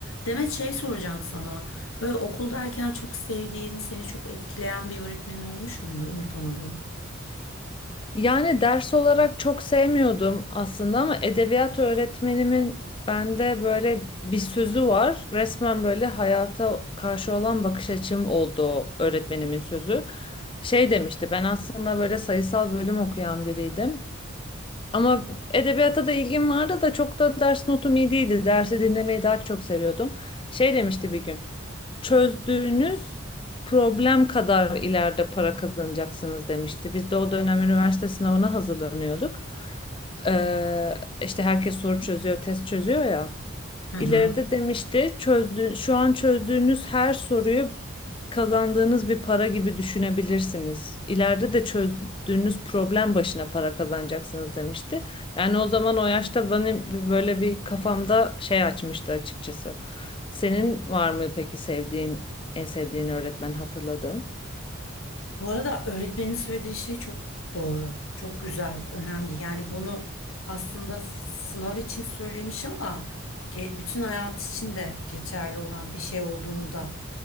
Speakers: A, on the left; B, on the left.
A: Demet şey soracağım sana. Böyle okuldayken çok sevdiğin, seni çok etkileyen bir öğretmenin olmuş muydu? Unutamadığın.
B: Yani ders olarak çok sevmiyordum aslında ama edebiyat öğretmenimin bende böyle bir sözü var. Resmen böyle hayata karşı olan bakış açım oldu o öğretmenimin sözü. Şey demişti ben aslında böyle sayısal bölüm okuyan biriydim. Ama edebiyata da ilgim vardı da çok da ders notum iyi değildi. Dersi dinlemeyi daha çok seviyordum. Şey demişti bir gün çözdüğünüz problem kadar ileride para kazanacaksınız demişti. Biz de o dönem üniversite sınavına hazırlanıyorduk. Ee, işte herkes soru çözüyor, test çözüyor ya.
A: Hı hı.
B: İleride demişti çözdüğün, şu an çözdüğünüz her soruyu kazandığınız bir para gibi düşünebilirsiniz. İleride de çözdüğünüz problem başına para kazanacaksınız demişti. Yani o zaman o yaşta benim bir- böyle bir kafamda şey açmıştı açıkçası. Senin var mı peki sevdiğin, en sevdiğin öğretmen hatırladığın?
A: Bu arada öğretmenin söylediği şey çok doğru, çok güzel, önemli. Yani bunu aslında sınav için söylemiş ama ge- bütün hayat için de geçerli olan bir şey olduğunu da